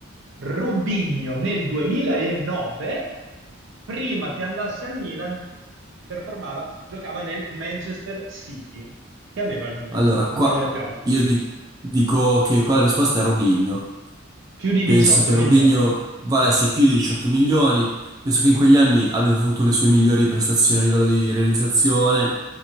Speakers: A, on the right; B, on the right.
A: Robinho nel 2009, prima che andasse al Milan, performava, giocava nel Manchester City, che aveva il
B: Allora,
A: il
B: qua
A: valore più alto,
B: io di- dico che qua la risposta è Robinho.
A: più di
B: Penso
A: 18
B: che
A: milioni.
B: Robinho valesse più di 18 milioni, penso che in quegli anni abbia avuto le sue migliori prestazioni a livello di realizzazione,